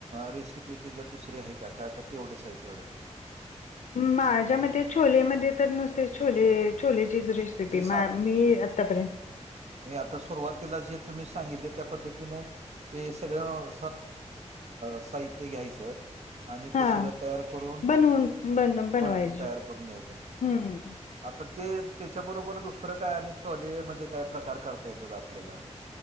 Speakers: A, on the right; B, on the left.
A: रेसिपी त्याच्यात दुसरीे आहे का का तेवढेच आहे तेवढं
B: माझ्या मते छोलेमध्ये तर नुसते छोले छोलेचीच रेसिपी
A: म्हणजे
B: मा मी आतापर्यंत
A: म्हे आता सुरुवातीला जे तुम्ही सांगितले त्या पद्धतीन ते सगळं साहित्य घ्यायचं आणि
B: हां,
A: ते सगळं तयार करून
B: बनवून बन बनवायची.
A: बनवून तयार करून घ्यायचं
B: हं.
A: आता ते त्याच्याबरोबर दुसरं काय आणि छॉले मध्ये काय प्रकार करता येतोत आपल्याला